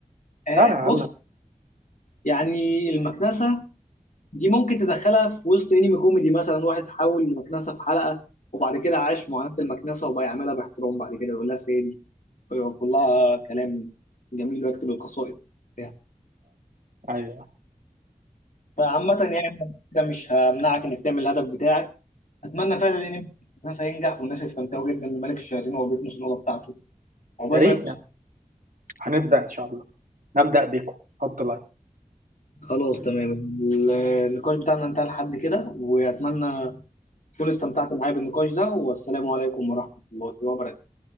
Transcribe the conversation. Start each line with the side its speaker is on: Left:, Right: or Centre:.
Left: آه
Right: لا أنا يا
Left: بص
Right: عم
Left: يعني المكنسه دي ممكن تدخلها في وسط انمي كوميدي مثلا واحد حول المكنسه في حلقه وبعد كده عاش معاناه المكنسه وبقى يعملها باحترام بعد كده يقول لها سيدي ويقول لها كلام جميل ويكتب القصائد فيها
Right: أيوة
Left: فعامه يعني ده مش همنعك انك تعمل الهدف بتاعك اتمنى فعلا الانمي الناس هينجح والناس يستمتعوا جدا بملك الشياطين وهو بيكنس الاوضه بتاعته عقبال
Right: يا ريت
Left: ما يكنس
Right: يعني هنبدأ إن شاء الله نبدأ بيكم اتفضل
Left: خلاص تمام ال- النقاش بتاعنا انتهى لحد كده واتمنى تكونوا استمتعتوا معايا بالنقاش ده والسلام عليكم ورحمة الله وبركاته